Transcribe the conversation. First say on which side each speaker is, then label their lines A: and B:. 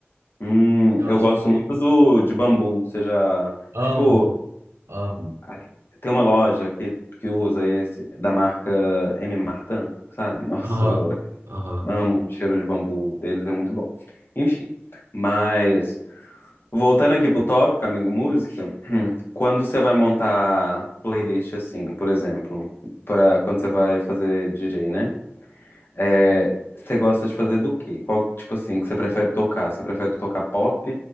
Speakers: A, on the left; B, on the right.
A: Hum,
B: que Eu
A: eu
B: achei
A: gosto
B: delícia.
A: muito do de bambu. Você já.
B: Amo,
A: Tipo,
B: amo.
A: a- tem uma loja que, que usa esse, da marca M. Martin, sabe? Nossa,
B: Aham.
A: eu adoro.
B: Aham.
A: Amo o cheiro de bambu deles, é muito bom. Enfim. Mas, voltando aqui pro tópico, amigo, música. Quando você vai montar playlist assim, por exemplo, para quando você vai fazer DJ, né? É, você gosta de fazer do quê? Qual tipo assim que você prefere tocar? Você prefere tocar pop,